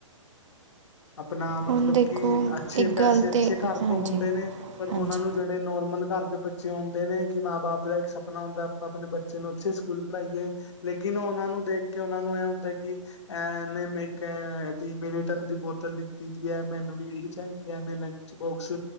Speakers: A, on the left; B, on the right.
A: ਆਪਣਾ ਮਤਲਬ
B: ਹੁਣ ਦੇਖੋ
A: ਕਿ ਅੱਛੇ
B: ਇੱਕ
A: ਪੈਸੇ,
B: ਗੱਲ
A: ਅੱਛੇ
B: ਤੇ
A: ਘਰ
B: ਹਾਂਜੀ
A: ਤੋਂ ਹੁੰਦੇ ਨੇ ਪਰ ਉਹਨਾਂ
B: ਹਾਂਜੀ
A: ਨੂੰ ਜਿਹ ਜਿਹੜੇ ਨੋਰਮਲ ਘਰ ਦੇ ਬੱਚੇ ਆਉਦੇ ਨੇ ਕਿ ਮਾਂ ਬਾਪ ਦਾ ਇੱਕ ਸਪਨਾ ਹੁੰਦਾ ਆਪਾਂ ਆਪਣੇ ਬੱਚੇ ਨੂੰ ਅਛੇ ਸਕੂਲ ਪੜ੍ਹਾਈਏ। ਲੇਕਿਨ, ਉਹਨਾਂ ਨੂੰ ਦੇਖ ਕੇ ਉਹਨਾਂ ਨੂੰ ਇਹ ਹੁੰਦਾ ਕਿ ਐਨਮਿਕ ਏ ਦਿ ਮਿਲਟਨ ਦੀ ਬੋਤ ਬੋਤਲ ਲਿੱਤੀ ਦੀ ਹੈ, ਮੈਨੂੰ ਵੀ ਇਹੀ ਚਾਹੀਦੀ ਹੈ। ਮੈਂ ਲੰਚ ਬੋਕਸ